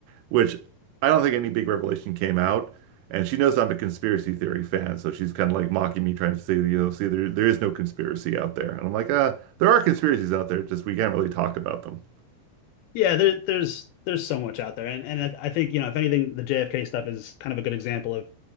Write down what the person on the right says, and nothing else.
which I don't think any big revelation came out. And she knows I'm a conspiracy theory fan, so she's kind of like mocking me, trying to say, you know, see, there there is no conspiracy out there. And I'm like, uh, there are conspiracies out there, just we can't really talk about them.